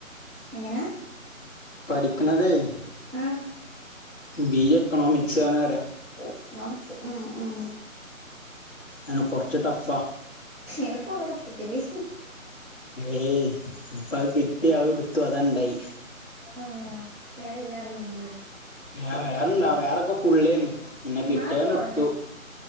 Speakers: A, in the centre; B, on the left (about 65°).
A: എങ്ങനാ?
B: പഠിക്ക്ണതെയ്
A: ആഹ
B: ബീ എ ഒക്കണോ മിക്സ് ആണ പറയാ
A: ഓഹ നാമിക്‌സ് ഉം ഉം
B: ആഹ് കൊർച്ച് ടഫാ
A: എളുപ്പള്ള സബ്ജറ്റ് അല്ലെ?
B: ഏയ് പ്പഅ്കിട്ടി അഅ്ട്ത്തു അതാണ്ടായി
A: ആഹ് വേറെ ഇല്ലാർന്നില്ലേ
B: ഞാ വേറെണ്ടാ വേറെക്കെ ഫുള്ളേന്നു പിന്നെ വിറ്റേന്നടുത്തു
A: മാർക്ക് കുറഞ്ഞോ